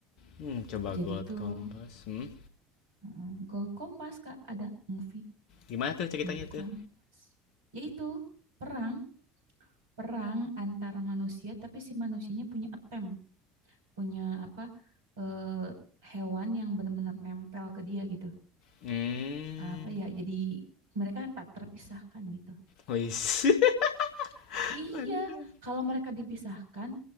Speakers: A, on the left; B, on the right.
A: Hmm, coba
B: Jadi
A: Gold
B: tuh
A: Compass. Hmm.
B: heeh, Gold Compass Kak ada movie
A: Gimana tuh ceritanya
B: Gold
A: tuh?
B: Compass. Yaitu perang perang antar manusia tapi si manusianya punya attempt. punya apa eh, hewan yang benar-benar nempel ke dia gitu.
A: Hmm.
B: Apa ya? Jadi mereka tak terpisahkan gitu.
A: Wis. <laughs>
B: Oh iya,
A: Mantap.
B: kalau mereka dipisahkan